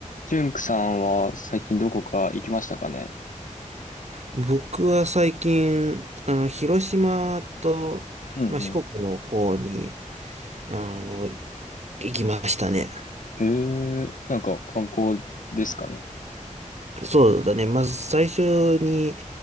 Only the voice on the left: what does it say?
ジュンクさんは最近どこか行きましたかね
うん
うん。へえ、なんか観光ですかね。